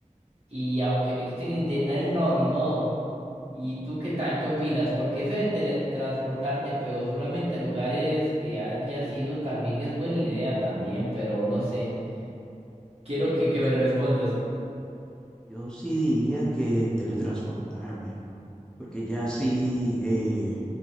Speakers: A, on the right; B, in the centre.
A: Y aunque me quiten el internet, no, ni modo. ¿Y tú qué tal? ¿Qué opinas? Porque eso de teletransportarte, pero solamente a lugares que hayas ido, también es buena idea también, pero no sé. Quiero que, que me respondas.
B: Yo sí diría que teletransportarme, porque ya sí eh,